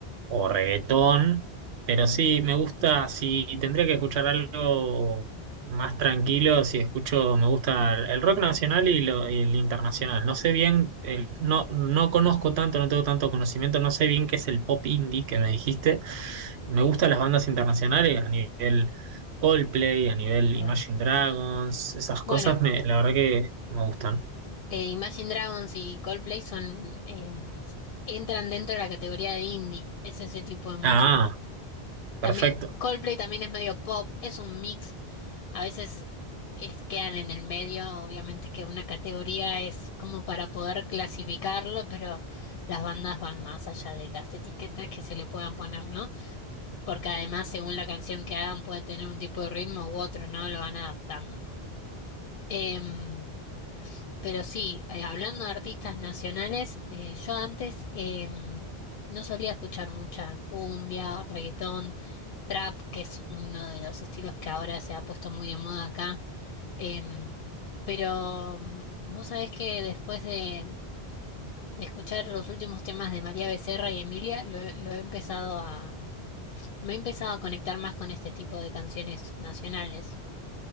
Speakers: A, on the right; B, on the left.
A: o reggaetón, pero sí, me gusta, si tendría que escuchar algo más tranquilo, si escucho, me gusta el rock nacional y, lo- y el internacional. No sé bien, el- no, no conozco tanto, no tengo tanto conocimiento, no sé bien qué es el pop indie que me dijiste. Me gustan las bandas internacionales a nivel Coldplay, a nivel
B: Perdón.
A: Imagine Dragons, esas cosas,
B: Bueno.
A: me, la verdad que me gustan.
B: eh, Imagine Dragons y Coldplay son, eh, entran dentro de la categoría de indie, es ese tipo de música.
A: Ah, perfecto.
B: También Coldplay también es medio pop, es un mix. A veces es- quedan en el medio, obviamente que una categoría es como para poder clasificarlo, pero las bandas van más allá de las etiquetas que se le puedan poner, ¿no? Porque además, según la canción que hagan, pueden tener un tipo de ritmo u otro, ¿no? Lo van adaptando. Em, Pero sí, eh, hablando de artistas nacionales, eh, yo antes em, no solía escuchar mucha cumbia, reggaetón, trap, que es uno de los estilos que ahora se ha puesto muy de moda acá. em, pero mm, vos sabés que después de, de escuchar los últimos temas de María Becerra y Emilia, lo, he lo he empezado a, me he empezado a conectar más con este tipo de canciones nacionales.